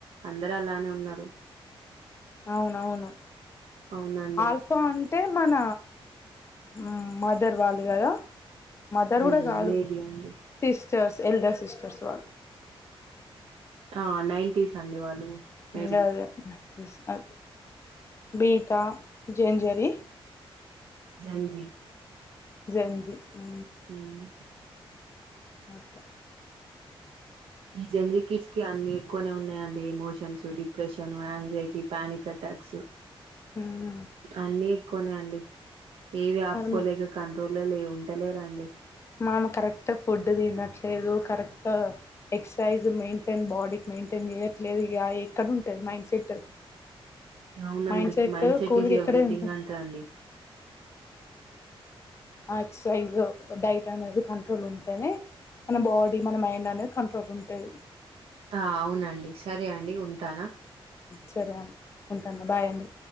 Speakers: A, on the right; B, on the left.
A: అందరూ అలానే ఉన్నారు
B: అవును అవును
A: అవునండి
B: ఆల్ఫ్ సో అంటే మన మ్ మదర్ వాళ్ళు గదా మదర్
A: మ్మ్
B: గూడా కాదు
A: మేబి అండి
B: సిస్టర్స్ ఎల్డర్ సిస్టర్స్ వాళ్ళు
A: ఆ నైన్టీస్ అండి వాళ్ళు మేబి
B: అదే అదే అ బీటా జేంజరి
A: జెన్జీ
B: జెంజి హు
A: మ్మ్
B: అట్లా
A: ఈ జెంజి కిడ్స్ కి అన్ని ఎక్కువనే ఉన్నాయండి. Emotions, depression, anxiety, panic attacks.
B: హ్మ్
A: అన్నీ ఎక్కువనే అండి ఏవి ఆపుకోలేక
B: మనం
A: కంట్రోల్లో లే ఉంటలేరండి.
B: మామ కరెక్ట్ ఫుడ్ తినట్లేదు కరెక్ట్ ఎక్ససైజ్ మెయింటైన్, బాడీకి మెయింటైన్ చేయట్లేదు ఇగ ఎక్కడుంటది మైండ్ సెట్.
A: అవునండి
B: మైండ్ సెట్ కూల్
A: ఈజ్
B: గా ఇక్కడే
A: ఎవ్రీథింగ్
B: ఉంట
A: అంటారండి
B: ఎక్సర్సైజ్ డైట్ అనేది కంట్రోల్ ఉంటేనే మన బాడీ, మన మైండ్ అనేది కంట్రోల్ ఉంటేది.
A: ఆహా అవునండి సరే అండి ఉంటానా
B: సరే అండి ఉంటాన్న బాయ్ అండి